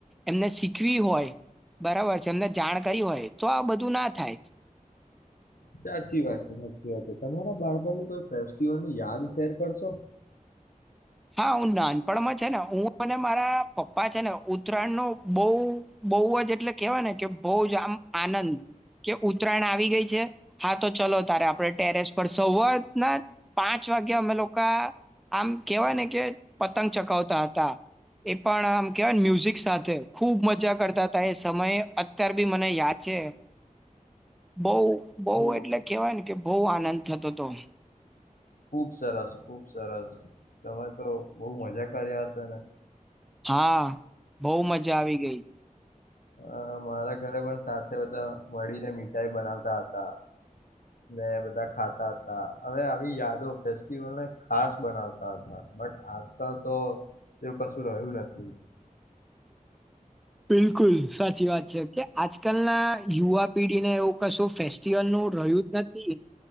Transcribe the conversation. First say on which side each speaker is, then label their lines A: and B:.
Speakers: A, in the centre; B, on the left.
A: એમને શીખવી હોય બરાબર છે એમને જાણ કરી હોય તો આ બધું ના થાય
B: સાચી વાત છે સાચી વાત છે તમારા બાળપણની કોઈ ફેસ્ટિવલ યાદ શેર કરશો
A: હા હું નાનપણમાં છે ને હું અને મારા પપ્પા છે ને ઉત્તરાયણ ન બહુ બહુ જ એટલે કેહેવાય ને કે બહુ જ આમ આનંદ કે ઉત્તરાયણ આવી ગઈ છે હા તો ચલો તારે આપણે ટેરેસ પર સવારના પાંચ વાગે અમે લોકો આમ કેહેવાય ને કે પતંગ ચકાવતા હતા એ પણ આમ કેહેવાય મ્યુઝિક સાથે ખૂબ મજા કરતા હતા એ સમય અત્યાર બી મને યાદ છે બહ બહ
B: ખૂબ
A: એટલે કેવાય ને કે બહ આનંદ થતો હતો
B: ખુબ સરસ ખુબ સરસ તમે તો બહુ મજા કર્યા હશે ને
A: હા બહ મજા આવી ગઈ
B: અ મારા ઘરે પણ સાથે બધા મળીને મીઠાઈ બનાવતા હતા ને બધા ખાતા હતા હવે આવી યાદો ફેસ્ટિવલને ખાસ બનાવતા હતા બટ આજકાલ તો એવું કશું રહ્યું નથી
A: બિલકુલ સાચી વાત છે કે આજકાલના યુવા પેઢીને એવું કશું ફેસ્ટિવલ નું રહ્યું જ નથી